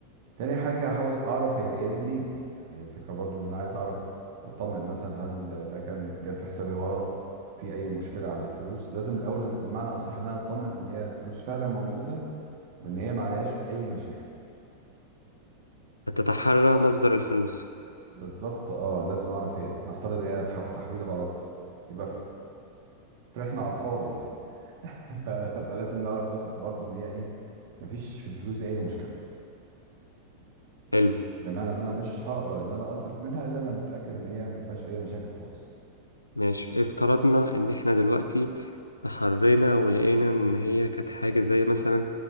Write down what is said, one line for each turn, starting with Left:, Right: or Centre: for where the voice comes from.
Right: تاني حاجه هحاول اعرف هي جايه لي منين يعني هي الفكره برضو ان انا عايز اعرف اطمن مثلا هل ده كان جت في حسابي غلط في اي مشكله على الفلوس لازم الاول بمعنى اصح ان انا اطمن ان هي الفلوس فعلا موجوده وان هي ما عليهاش اي مشاكل
Left: هتتحرى مصدر الفلوس
Right: بالظبط اه لازم اعرف هي نفترض ان هي تح- تحويل غلط يبقى ف- فرحنا على الفاضي يعني <laughs> ف... فلازم نعرف بس برضو ان هي ايه مفيش في الفلوس دي اي مشكله
Left: حلو
Right: بمعنى ان انا مش هقدر ان انا اصرف منها الا لما اتاكد ان هي ما فيهاش اي مشاكل خالص
Left: ماشي افترضنا ان احنا دلوقتي تحرينا ولقينا ان هي كانت حاجة زي مثلا